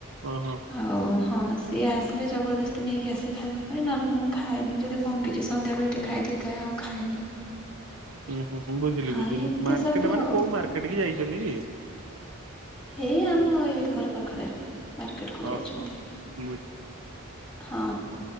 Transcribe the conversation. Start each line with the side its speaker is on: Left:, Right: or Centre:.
Right: ଓ ହ।
Centre: ଆଉ ହଁ ସିଏ ଆସିଲେ ଜବରଦସ୍ତି ନେଇକି ଆସେ ଖାଇବା ପାଇଁ। ନହେଲେ ମୁଁ ଖାଏନି ଯଦି କଣ କିଛି ସନ୍ଧ୍ୟାବେଳେ ଟିକେ ଖାଇ ଦେଇଥାଏ ଆଉ ଖାଏନି।
Right: ଉୁଁ ହୁଁ ବୁଝିଲି
Centre: ଆ
Right: ବୁଝିଲି।
Centre: ଏମିତି
Right: ମାର୍କେଟ
Centre: ସବୁ
Right: ମାନେ
Centre: ଆଉ
Right: କୋଉ ମାର୍କେଟ କି ଯାଇଛନ୍ତି କି?
Centre: ଏଇ ଆମ ଏଇ ଘର ପାଖରେ। ମାର୍କେଟ କୁ
Right: ଓ
Centre: ଯାଇଛନ୍ତି
Right: ହ ମୁଇଁ
Centre: ହଁ,